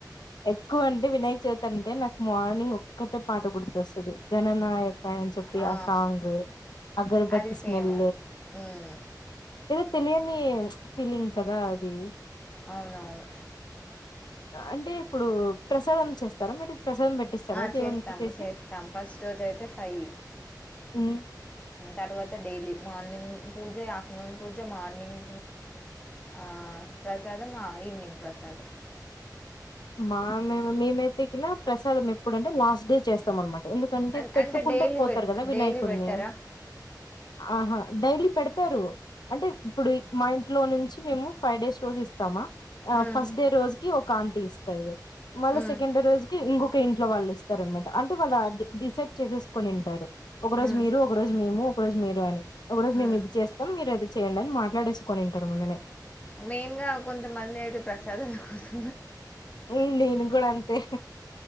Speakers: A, on the left (about 70°); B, on the left (about 20°).
A: ఎక్కువ అంటే వినాయక చవితి అంటే నాకు మార్నింగ్ ఒక్కట్టే పాట గుర్తొస్తుంది జననాయక్ చెప్పి
B: ఆ
A: అసాంగ్ అగర్బత్
B: అది
A: స్మెల్
B: ఫేమస్ ఉమ్
A: ఇది తెలియని ఫీలింగ్ కదా అది
B: అవునవును
A: అంటే ఇప్పుడు ప్రసాదం చేస్తార మీరు ప్రసాదం పెట్టిస్తారా
B: ఆ చేస్తాం
A: దేవునికి చేసి
B: చేస్తాం ఫస్ట్ రోజ అయితే ఫైవ్
A: హ్మ్
B: తర్వాత డైలీ మార్నింగ్ పూజ ఆఫ్టర్నూన్ పూజ మార్నింగ్ ఆ ప్రసాదం ఈవనింగ్ ప్రసాదం
A: మా మేమతేకిన ప్రసాదం ఎప్పుడంటే లాస్ట్ డే చేస్తాం అనమాట ఎందుకంటే
B: అం
A: పెట్టుకుంటే
B: అంటే డైలీ
A: పోతారు
B: పెట్
A: కదా వినాయకుని
B: డైలీ పెట్టారా
A: ఆహా డైలీ పెడతారు అంటే ఇప్పుడు మా ఇంట్లో నుంచి మేము ఫైవ్ డేస్ రోజు ఇస్తామా ఆ
B: ఉమ్
A: ఫస్ట్ డే రోజుకి ఒక కాంటిస్ సరే మళ్ళీ
B: ఉమ్
A: సెకండ్ డే రోజుకి ఇంకొక ఇంట్లో వాళ్ళ ఇస్ స్తారన్నమాట అంటే వాళ్ళ డిసైడ్ చేసేసుకొనింటారు ఒక రోజు
B: ఉమ్
A: మీరు ఒక రోజు మేము రోజు మీరు అని ఒకరోజు మేం
B: ఉమ్
A: ఇది చేస్తాం మీరు అది చేయండి అని మాట్లాడేసుకుొనింటారు ముందునే
B: మెయిన్ గా కొంతమంది అయితే ప్రసాదాల కోసం
A: హు నేను కూడా అంతే